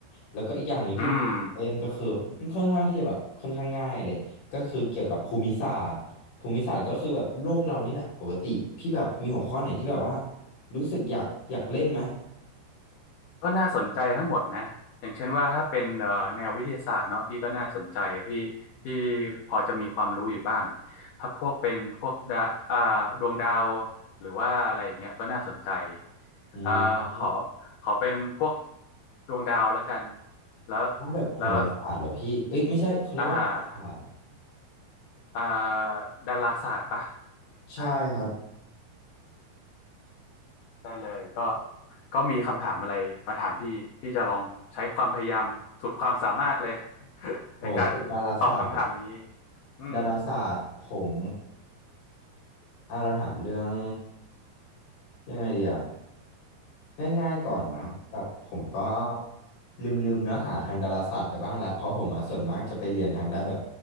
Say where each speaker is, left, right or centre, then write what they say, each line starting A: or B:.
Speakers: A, on the left; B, on the left.
A: แล้วก็อีกอย่างหนึ่งที่ผมเล่นก็คือเป็นค่อนข้างที่จะแบบค่อนข้างง่ายเลยก็คือเกี่ยวกับภูมิศาสตร์
B: อืม
A: ภูมิศาสตร์ก็คือแบบโลกเรานี่แหละปกติพี่แบบมีหัวข้อไหนที่แบบว่ารู้สึกอยากอยากเล่นไหม
B: ก็น่าสนใจทั้งหมดนะ อย่างเช่นว่าถ้าเป็นเอ่อแนววิทยาศาสตร์เนาะพี่ก็น่าสนใจพี่พี่พอจะมีความรู้อยู่บ้างถ้าพวกเป็นพวกดาอ่าดวงดาวหรือว่าอะไรอย่างเงี้ยก็น่าสนใจ
A: อืม
B: เอ่อขอขอเป็นพวกดวงดาวแล้วกัน แล้ว
A: ถ้าแบบโหราศาสตร์เหรอพี่เอ้ยไม่ใช่เขาเรียกว่าดาราศาสตร์เหรอ
B: แล้วอ่าอ่าดาราศาสตร์ปะ
A: ใช่ครับ
B: อ่า ได้เลยก็ก็มีคำถามอะไรมาถามพี่พี่จะลองใช้ความพยายามสุดความสามารถเลย <laughs>
A: โอ้ตึกดาราศาสตร์
B: ในการตอบคำถามนี้อืม
A: ดาราศาสตร์ผมอ่าเราถามเรื่องยังไงดีอะ ง่ายๆก่อนมาแบบผมก็
B: อืมอืม
A: ลืมๆเนื้อหาทางดาราศาสตร์ไปบ้างแล้วเพราะผมมาส่วนมากจะไปเรียนทางด้านแบบ